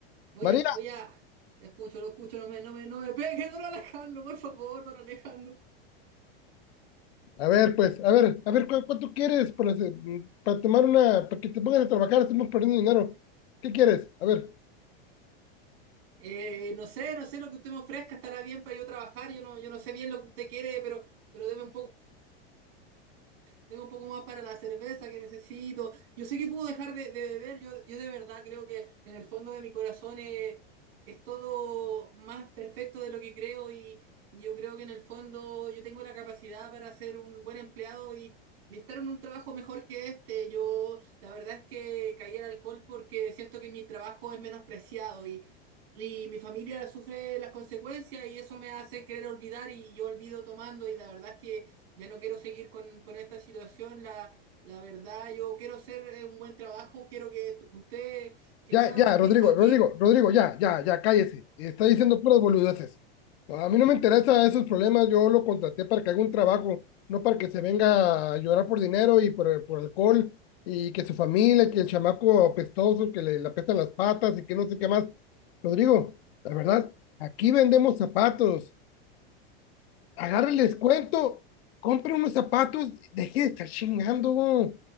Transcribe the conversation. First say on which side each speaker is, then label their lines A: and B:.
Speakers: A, on the right; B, on the left.
A: voy
B: María,
A: a, voy a. escucho, lo escucho, no me, no me, no me pegue, don Alejandro, por favor, don Alejandro.
B: a ver, pues, a ver, a ver, ¿cu- ¿cuánto quieres para, hacer- para tomar una, para que te pongas a trabajar? Estamos perdiendo dinero. ¿Qué quieres? A ver,
A: Eh, no sé, no sé lo que usted me ofrezca, estará bien para yo trabajar, yo no, yo no sé bien lo que usted quiere, pero, pero deme un poco tengo un poco más para la cerveza que necesito. Yo sé que puedo dejar de, de beber, yo, yo de verdad creo que en el fondo de mi corazón es, es todo más perfecto de lo que creo y, y yo creo que en el fondo yo tengo la capacidad para ser un buen empleado y, y estar en un trabajo mejor que este. Yo la verdad es que caí al alcohol porque siento que mi trabajo es menospreciado y y mi familia sufre las consecuencias y eso me hace querer olvidar y yo olvido tomando y la verdad es que ya no quiero seguir con, con esta situación, la, la verdad, yo quiero hacer eh, un buen trabajo, quiero que usted, que
B: Ya,
A: lleva
B: ya,
A: más
B: Rodrigo,
A: tiempo aquí,
B: Rodrigo, Rodrigo, ya, ya, ya, cállese. Está diciendo puras boludeces. No, a mí no me interesa esos problemas. Yo lo contraté para que haga un trabajo, no para que se venga a llorar por dinero y por, por alcohol y que su familia, que el chamaco apestoso, que le, le apestan las patas y que no sé qué más. Rodrigo, la verdad, aquí vendemos zapatos. Agarre el descuento,
A: ya,
B: compre unos zapatos, deje de estar chingando.